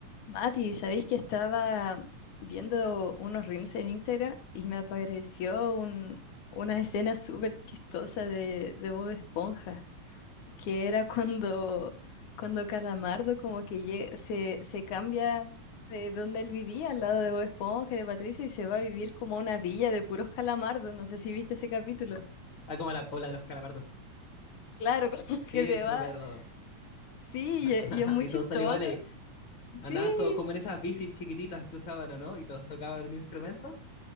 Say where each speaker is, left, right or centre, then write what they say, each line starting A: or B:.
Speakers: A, on the left (about 70°); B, on the left (about 40°).
A: Mati, ¿sabéis que estaba viendo unos reels en Instagram y me apareció un- una escena súper chistosa de, de Bob Esponja, que era cuando, cuando Calamardo como que lle- se, se cambia de donde él vivía, al lado de Bob Esponja y de Patricio, y se va a vivir como a una villa de puros calamardos. No sé si viste ese capítulo.
B: Ah, como la Paula de los Calabardos.
A: Claro, <laughs> como que
B: Sí,
A: se
B: sí
A: va.
B: me acuerdo.
A: Sí, y e-
B: <laughs>
A: y es muy
B: Y
A: chistoso.
B: todos son iguales. Andaban
A: Sí,
B: todos como en esas bicis chiquititas que usaban, ¿o no? Y todos tocaban un instrumento.